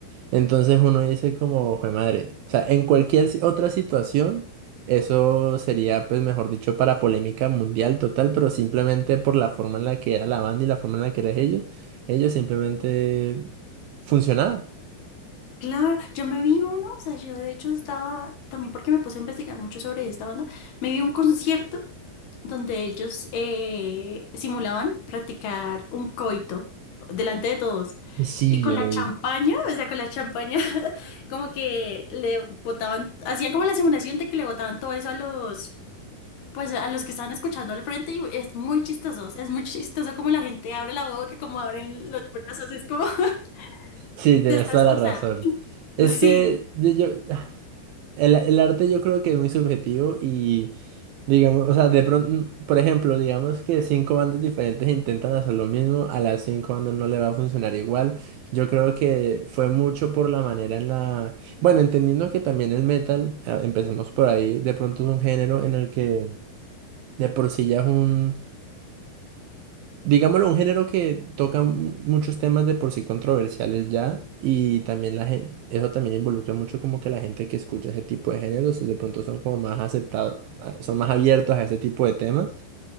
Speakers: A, on the right; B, on the left.
A: Entonces uno dice como, fue madre, o sea, en cualquier si- otra situación, eso sería pues mejor dicho para polémica mundial total, pero simplemente por la forma en la que era la banda y la forma en la que eran ellos, ellos simplemente funcionaba.
B: Claro, yo me vi uno, o sea, yo de hecho estaba, también porque me puse a investigar mucho sobre esta banda, me vi un concierto donde ellos eh, simulaban practicar un coito delante de todos.
A: Sí,
B: Y con
A: yo
B: la
A: lo
B: champaña,
A: vi.
B: o sea, con la champaña, <laughs> como que le botaban, hacían como la simulación de que le botaban todo eso a los, pues a los que estaban escuchando al frente y es muy chistoso, o sea, es muy chistoso como la gente abre la boca, como abren los brazos, es como, <laughs>
A: Sí, tienes
B: te estás,
A: toda
B: o
A: la razón.
B: sea,
A: Es
B: sí,
A: que yo, yo- El, el arte yo creo que es muy subjetivo y, digamos, o sea, de pronto, mm, por ejemplo, digamos que cinco bandas diferentes intentan hacer lo mismo, a las cinco bandas no le va a funcionar igual. Yo creo que fue mucho por la manera en la... Bueno, entendiendo que también el metal, ah, empecemos por ahí, de pronto es un género en el que de por sí ya es un... Digámoslo, un género que toca mu- muchos temas de por sí controversiales ya y también la gente, eso también involucra mucho como que la gente que escucha ese tipo de géneros de pronto son como más aceptados, ah, son más abiertos a ese tipo de temas.